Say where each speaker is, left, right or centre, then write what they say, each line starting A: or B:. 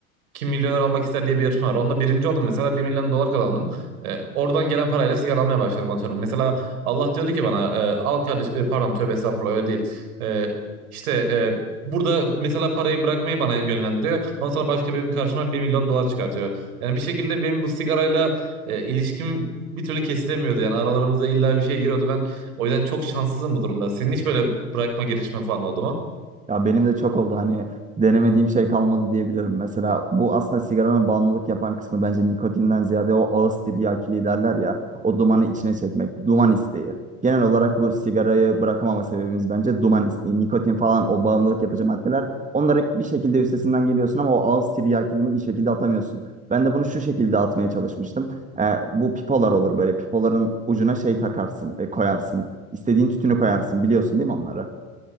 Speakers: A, on the right; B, on the right.
A: kim milyoner olmak ister diye bir yarışma var. Onunla birinci oldum mesela bir milyon dolar kazandım. E, oradan gelen parayla sigara almaya başlarım atıyorum. Mesela Allah diyordu ki bana e, al kardeş e, pardon tövbe estağfurullah öyle değil. E, işte e, burada mesela parayı bırakmayı bana yönlendiriyor. Ondan sonra başka birinin karşıma bir milyon dolar çıkartıyor. Yani bir şekilde benim bu sigarayla e, ilişkim bir türlü kesilemiyordu. Yani aralarımıza illa bir şey giriyordu. Ben o yüzden çok şanssızım bu durumda. Senin hiç böyle bırakma girişimin falan oldu mu?
B: Ya benim de çok oldu hani denemediğim şey kalmadı diyebilirim. Mesela bu aslında sigaranın bağımlılık yapan kısmı bence nikotinden ziyade o ağız tiryakiliği derler ya o dumanı içine çekmek, duman isteği. Genel olarak bu sigarayı bırakamama sebebimiz bence duman isteği. Nikotin falan o bağımlılık yapıcı maddeler onların bir şekilde üstesinden geliyorsun ama o ağız tiryakiliğini bir şekilde atamıyorsun. Ben de bunu şu şekilde atmaya çalışmıştım. Ee, bu pipolar olur böyle pipoların ucuna şey takarsın, e, koyarsın. İstediğin tütünü koyarsın biliyorsun değil mi onları?